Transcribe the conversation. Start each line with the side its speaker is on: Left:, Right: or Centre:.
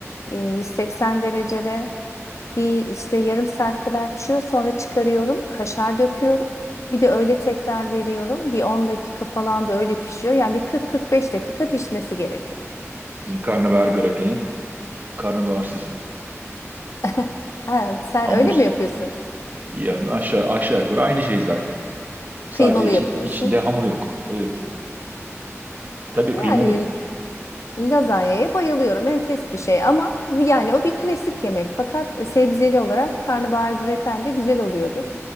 Left: E, 180 derecede bir işte yarım saat kadar pişiyor. Sonra çıkarıyorum. Kaşar döküyorum. Bir de öyle tekrar veriyorum. Bir 10 dakika falan da öyle pişiyor. Yani bir 40-45 dakika pişmesi gerekiyor.
Right: Bizim karnabahar gratenin karnabaharsızı.
Left: <laughs> Ha, sen
Right: Hamur.
Left: öyle mi yapıyorsun?
Right: Yani aşağı aşağı yukarı aynı şey zaten. Sadece
Left: Kıymalı
Right: içi-
Left: yapıyorsun.
Right: içinde hamur yok. Evet. Tabii
Left: Yani
Right: kıymalı.
Left: Lazanyaya bayılıyorum. Enfes bir şey ama yani o bir klasik yemek. Fakat e, sebzeli olarak karnabahar graten de güzel oluyordur.